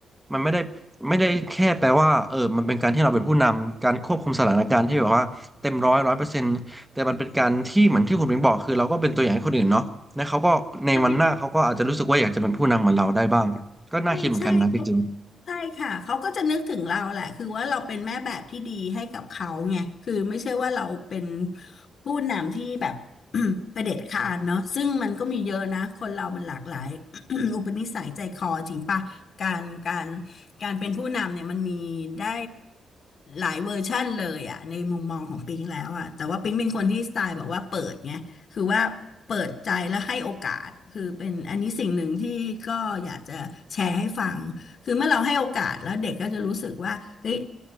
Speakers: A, in the centre; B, on the left.
A: มันไม่ได้ไม่ได้แค่แปลว่าเออมันเป็นการที่เราเป็นผู้นำการควบคุมสถานการณ์ที่แบบว่าเต็มร้อยร้อยเปอร์เซ็นต์ แต่มันเป็นการที่เหมือนที่คุณเบงบอกคือเราก็เป็นตัวอย่างให้คนอื่นเนาะและเขาก็ในวันหน้าเขาก็อาจจะรู้สึกว่าอยากจะเป็นผู้นำเหมือนเราได้บ้างก็น่าคิดเหมือนกันนะจริง
B: ใช่ ใช่ใช่เขาใช่ค่ะเขาก็จะนึกถึงเราแหละคือว่าเราเป็นแม่แบบที่ดีให้กับเขาไงคือไม่ใช่ว่าเราเป็นผู้นำที่แบบ <clears throat> เผด็จขาดเนาะซึ่งมันก็มีเยอะนะคนเรามันหลากหลาย <clears throat> อุปนิสัยใจคอจริงปะการการการเป็นผู้นำเนี่ยมันมีได้หลายเวอร์ชั่นเลยอะในมุมมองของปิงแล้วอะแต่ว่าปิงเป็นคนที่สไตล์แบบว่าเปิดไง คือว่าเปิดใจและให้โอกาสคือเป็นอันนี้สิ่งหนึ่งที่ก็อยากจะแชร์ให้ฟังคือเมื่อเราให้โอกาสแล้วเด็กก็จะรู้สึกว่าเฮ้ย